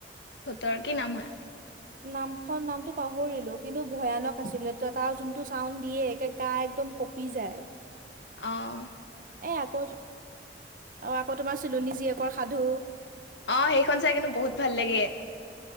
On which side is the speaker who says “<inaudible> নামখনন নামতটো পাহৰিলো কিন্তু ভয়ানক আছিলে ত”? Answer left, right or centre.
Right